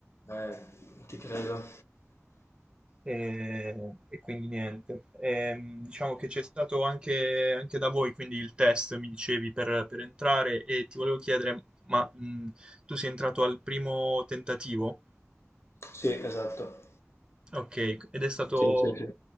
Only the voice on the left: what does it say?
Eh, ti credo.
Sì, esatto.
Sì, sì, sì.